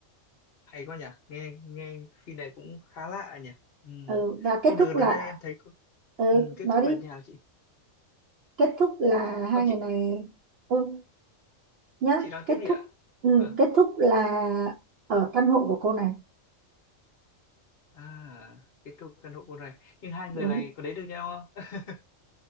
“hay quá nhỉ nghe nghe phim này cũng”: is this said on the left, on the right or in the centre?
Left